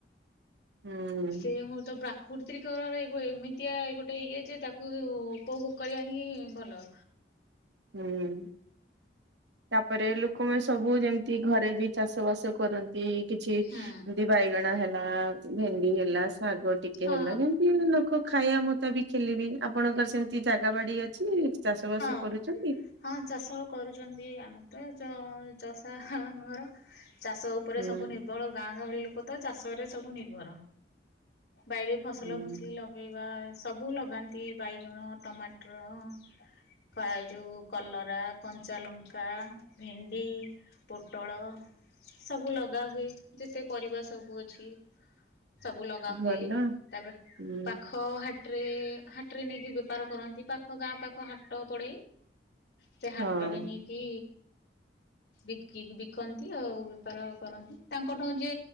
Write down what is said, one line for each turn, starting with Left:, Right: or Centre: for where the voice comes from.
Right: ହୁଁ
Left: ସେ ମୁଁ ତ ପ୍ରା କୃତ୍ରିକର ଏକ ଏମିତିଆ ଗୋଟେ ଇଏ ଯେ ତାକୁ ଉପଭୋଗ କରିବା ହିଁ ଭଲ।
Right: ହୁଁ। ତାପରେ ଲୋକମାନେ ସବୁ ଯେମିତି ଘରେ ବି ଚାଷ ବାସ କରନ୍ତି। କିଛି ଏମତି
Left: ହୁଁ
Right: ବାଇଗଣ ହେଲା ଭେଣ୍ଡି ହେଲା ଶାଗ ଟିକେ
Left: ହଁ
Right: ହେଲା ଯେମିତି ଲୋକ ଖାଇବା ମୁତା ବିକ ଖେଲେବି ଆପଣଙ୍କର ସେମିତି ଜାଗା ବାଡି ଅଛି ଚାଷ ବାସ
Left: ଅ
Right: କରୁଛନ୍ତି?
Left: ହଁ ଚାଷ କରୁଛନ୍ତି ଆମର ତ ଚ ଚଷା ଘର। ଚାଷ ଉପରେ
Right: ହୁଁ
Left: ସବୁ ନିର୍ଭର ଗାଁ ଗାହଳି ଲୋକ ତ ଚାଷରେ ସବୁ ନିର୍ଭର। ବାଇରେ ଫସଲ
Right: ହୁଁ
Left: ଫସଲି ଲଗେଇବା ସବୁ ଲଗାନ୍ତି ବାଇଗଣ, ଟମାଟର <inaudible> କା ଜଉ କଲରା, କଞ୍ଚାଲଙ୍କା, ଭେଣ୍ଡି, ପୋଟଳ ସବୁ ଲଗା ହୁଏ ଯେତେ ପରିବା ସବୁ ଅଛି। ସବୁ ଲଗା ହୁଏ
Right: ଭଲ
Left: ତାପରେ
Right: ହୁଁ
Left: ପାଖ ହା ଟ୍ରେ ହାଟ୍ରେ ନେଇକି ବେପାର କରନ୍ତି ପାଖ ଗାଁ ପାଖ ହାଟ ପଡ଼େ ସେ ହାଟରେ
Right: ହଁ
Left: ନେଇକି ବିକି କି ବିକନ୍ତି ଆଉ ବେପାର କରନ୍ତି ତାଙ୍କଠାରୁ ଯେ